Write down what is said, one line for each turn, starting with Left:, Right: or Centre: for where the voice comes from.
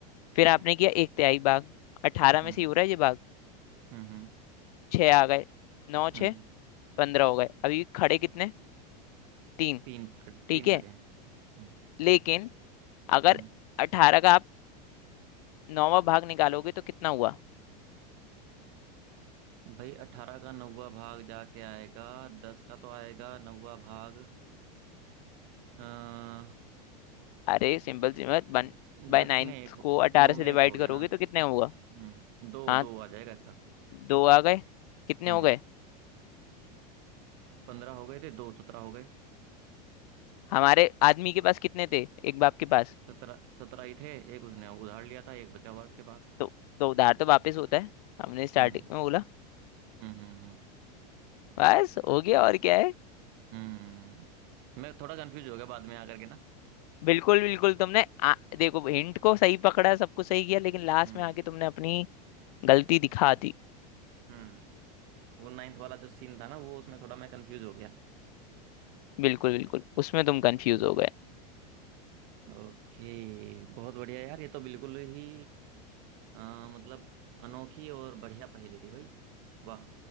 Right: ठीक
Left: फिर आपने
Right: है
Left: किया एक तिहाई भाग अठारह
Right: हम्म
Left: में से ही हो रहा है ये भाग
Right: हम्म हम्म
Left: छः आ गए नौ
Right: हम्म,
Left: छः पंद्रह हो गए अभी खड़े कितने तीन
Right: तीन पकड़
Left: ठीक
Right: तीन
Left: है
Right: खड़े हैं हम्म
Left: लेकिन अगर
Right: हम्म
Left: अठारह का आप नौवां भाग निकालोगे तो कितना हुआ
Right: भाई अठारह का नौवा भाग जाके आएगा दस का तो आएगा नौवा भाग अ,
Left: अरे सिंपल सी बात वन बाय
Right: दस
Left: नाइन्थ
Right: में एक हो-
Left: को अठारह
Right: नौ में
Left: से डिवाइड
Right: एक हो गया
Left: करोगे
Right: ना
Left: तो कितने होगा
Right: हम्म दो
Left: हाँ
Right: दो आ जाएगा इसका
Left: दो आ गए कितने
Right: हम्म
Left: हो गए
Right: पंद्रह हो गए थे दो सत्रह हो गए
Left: हमारे आदमी के पास कितने थे एक बाप के पास
Right: सत्रह सत्रह ही थे एक उसने उधार लिया था एक बचा हुआ है उसके पास
Left: तो तो उधार तो वापस होता है हमने स्टार्टिंग
Right: हम्म
Left: में बोला
Right: हम्म हम्म हम्म
Left: बस हो गया और क्या है
Right: हम्म। मैं थोड़ा कंफ्यूज हो गया बाद में आकर के ना
Left: बिल्कुल बिल्कुल तुमने आ, देखो हिंट को सही पकड़ा सब कुछ सही किया लेकिन लास्ट
Right: हम्म
Left: में आके तुमने अपनी गलती दिखा दी
Right: हम्म वो नाइन्थ वाला जो सीन था ना वो उसमें थोड़ा मैं कंफ्यूज हो गया
Left: बिल्कुल बिल्कुल उसमें तुम कंफ्यूज
Right: ठीक
Left: हो
Right: है
Left: गए
Right: ओके बहुत बढ़िया यार ये तो बिल्कुल ही अ, मतलब अनोखी और बढ़िया पहेली थी भाई वाह